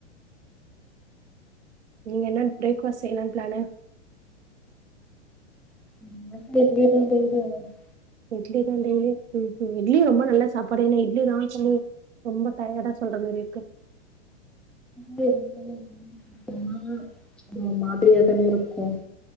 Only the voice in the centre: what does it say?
<unintelligible>
அ அது ஒரு மாதிரியா தான இருக்கு